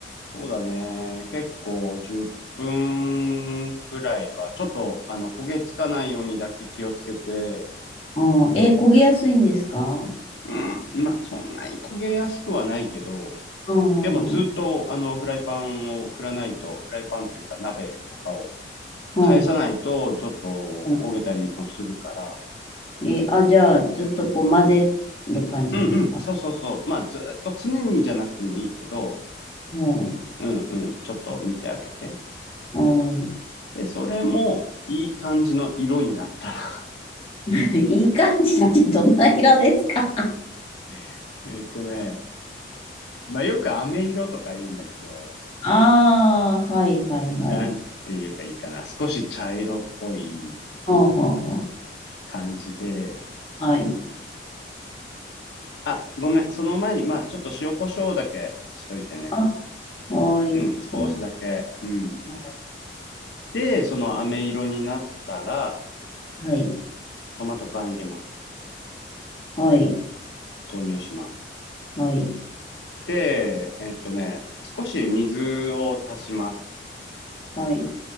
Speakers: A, on the left; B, on the left.
A: そうだね。結構10分ぐらいは、ちょっと、あの、焦げつかないようにだけ気をつけて、
B: ああえ、焦げやすいんですか
A: うん、まあ、そんなに焦げやすくはないけど、
B: ああ
A: でもずっと、あの、フライパンを振らないと、フライパンというか鍋とかを
B: うん。
A: 返さないと、ちょっと焦げたりもするから、
B: はい。え、あ、じゃあ、ずっとこう混ぜる感じですか
A: うんうん、そうそうそう。まあ、ずっと常にじゃなくてもいいけど、
B: も
A: うんうん、ちょっと見てあげて。
B: うはい。
A: で、それも、いい感じの色になったら、
B: <laughs> いい感じってどんな色ですか
A: <laughs> えっとね、まあよく飴色とか言うんだけど、
B: ああ、はいはいはい。
A: なんて言えばいいかな。少し茶色っぽい
B: ほうほうほう。
A: 感じで。
B: はい。
A: あ、ごめん。その前に、まあちょっと塩コショウだけしといてね。
B: あ、はい。
A: うん、
B: しよ
A: 少しだけ。うん。
B: う。
A: で、その飴色になったら、
B: はい。
A: トマト缶入れます。
B: はい。
A: 投入します。
B: はい。
A: で、えっとね、少し水を足します。
B: はい。